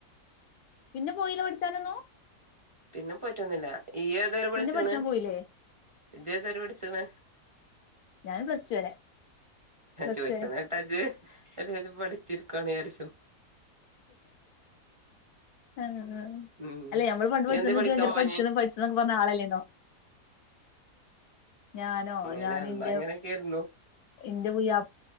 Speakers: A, on the left (about 75°); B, on the right (about 25°).
A: പിന്നെ പോയില്ല പഠിച്ചാനൊന്നും?
B: പിന്നെ പോയിറ്റൊന്നും ഇല്ല. ഈയേതുവരെ പഠിച്ചേക്ക്ണ്?
A: പിന്നെ പഠിച്ചാൻ പോയില്ലേ
B: ജ്ജേതു വരെ പഠിച്ചേക്ക്ണ്?
A: ഞാൻ പ്ലസ് ടു വരെ പ്ലസ്
B: ചോയിച്ചത്
A: ടു വരെ
B: കേട്ടാ ജ്ജ്? ഏതേലും പഠിച്ചിരിക്കാണേചാരിച്ചു.
A: ആ
B: ഉം
A: അല്ലെ നമ്മള് പണ്ട്
B: ഇയ്യ്
A: പഠിച്ചത്
B: എന്തേ
A: <unintelligible>
B: പഠിക്കാൻ പോവാഞ്ഞേ
A: പഠിച്ചതൊന്നൊക്കെ പറഞ്ഞ ആളല്ലേന്നോ. ഞാനോ
B: അങ്ങനെ
A: ഞാനെൻ്റെ
B: അന്നങ്ങനെയൊക്കെയായിരുന്നു
A: എന്റെ പുയ്യാ